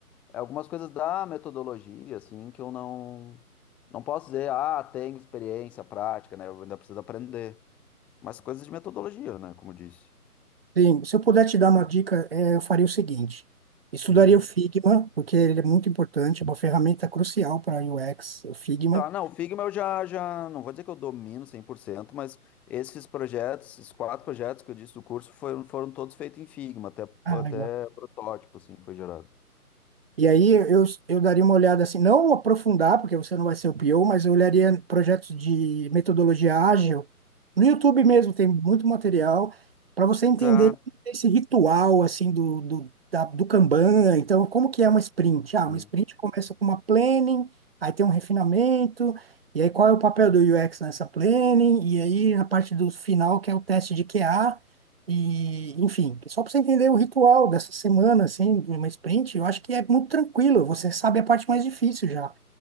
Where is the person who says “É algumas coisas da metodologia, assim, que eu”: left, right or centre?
Centre